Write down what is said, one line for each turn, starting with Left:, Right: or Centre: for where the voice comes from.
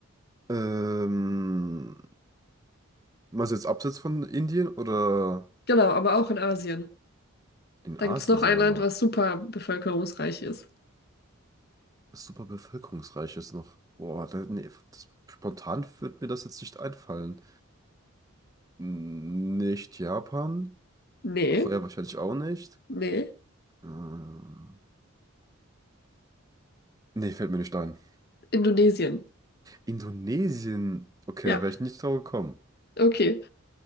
Right: Ähm, meinst du jetzt abseits von Indien oder
Left: genau, aber auch in Asien.
Right: in
Left: Da
Right: Asien
Left: gibt es noch
Right: sogar
Left: ein Land,
Right: noch?
Left: was super bevölkerungsreich ist.
Right: Das super bevölkerungsreich ist noch. Boah, da, nee, das, spontan wird mir das jetzt nicht einfallen. Nicht Japan,
Left: Nee,
Right: Korea wahrscheinlich auch nicht.
Left: nee,
Right: Hm. Nee, fällt mir nicht ein.
Left: Indonesien.
Right: Indonesien. Okay,
Left: Ja,
Right: da wäre ich nicht drauf gekommen.
Left: okay.